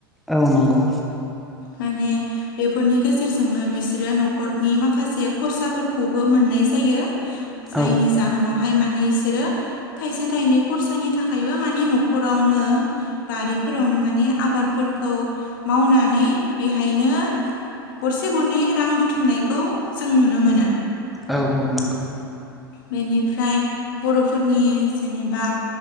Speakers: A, in the centre; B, on the left.
A: औ नंगौ
B: माने बेफोरनि गेजेरजोंनो बिसोरो न'खरनि माखासे खरसाफोरखौबो मोननाय जायो जायनि
A: औ
B: जाहोनावहाय मा नि इसोरो थाइसे थाइनै खरसानि थाखायबो माने न'खरावनो बारिफोरावनो माने आबादफोरखौ मावनानै बेहायनो गरसे गरनै रां बुथुमनायखौ जों नुनो मोनो।
A: औ औ नंगौ
B: बेनिफ्राय बर'फोरनि जेनेबा